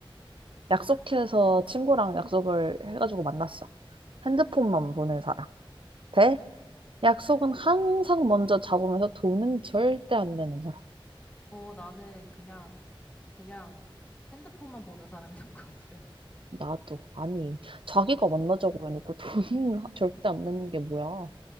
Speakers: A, on the right; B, on the left.
A: 약속해서 친구랑 약속을 해가지고 만났어. 핸드폰만 보는 사람. 대 약속은 항상 먼저 잡으면서 돈은 절대 안 내는 사람.
B: 어, 나는 그냥, 그냥 핸드폰만 보는 사람이 <laughs> 난 것 같아. <laughs>
A: 나도 아니 자기가 만나자고 해놓고 돈 <laughs> 절대 안 내는 게 뭐야?